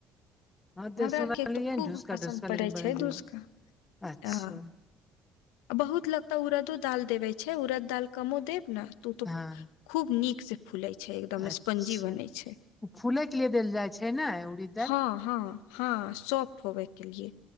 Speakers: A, on the left; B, on the left.
A: हँ तऽ
B: हमरा
A: सुनलियै
B: आर केँ तऽ खूब
A: ने ढुसका
B: पसन्द
A: ढुसका लेकिन
B: पड़ै
A: बनेलियै
B: छै घुसका
A: नहि। अच्छा
B: हँ बहुत लगताे उड़दो दाल देवे छै उड़द दाल कमो देब नऽ तो उ तो
A: हँ
B: खूब नीक से फुलै छै एकदम
A: अच्छा
B: स्पंजी बनै छै
A: ओ फूले के लिए देल जाइ छै ने उड़ीद दालि
B: हँ हँ हँ सॉफ्ट होबे केँ लिए